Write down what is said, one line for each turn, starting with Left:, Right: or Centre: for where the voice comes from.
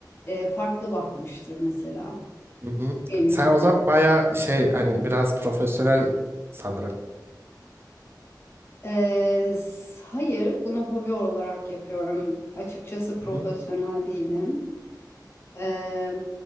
Left: e, farklı bakmıştır mesela.
Right: Hı hı.
Left: Elini
Right: Sen o zaman bayağı şey hani biraz profesyonel sanırım.
Left: Ee, s- hayır, bunu hobi olarak yapıyorum. Açıkçası profesyonel
Right: Hı.
Left: değilim. Ee,